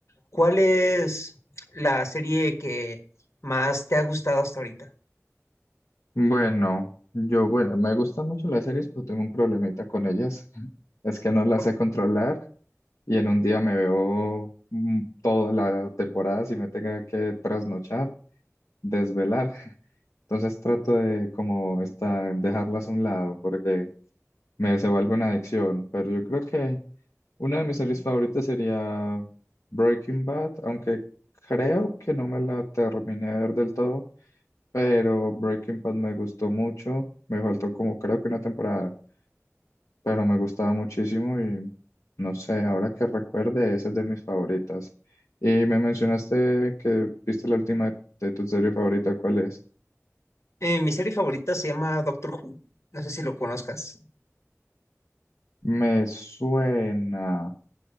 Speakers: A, on the left (about 60°); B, on the left (about 80°).
A: ¿cuál es la serie que más te ha gustado hasta ahorita?
B: Bueno, yo, bueno, me gustan mucho las series, pero tengo un problemita con ellas. <laughs> Es que no las
A: Por-
B: sé controlar y en un día me veo mm, toda la temporada si me tenga que trasnochar, desvelar. <laughs> Entonces trato de como esta, dejarlas a un lado porque me se vuelve una adicción, pero yo creo que Una de mis series favoritas sería Breaking Bad, aunque creo que no me la terminé de ver del todo, pero Breaking Bad me gustó mucho. Me faltó como creo que una temporada, pero me gustaba muchísimo y no sé, ahora que recuerde, esa es de mis favoritas. Y me mencionaste que viste la última de tu serie favorita, ¿cuál es?
A: eh, mi serie favorita se llama Doctor Who, no sé si lo conozcas.
B: Me suena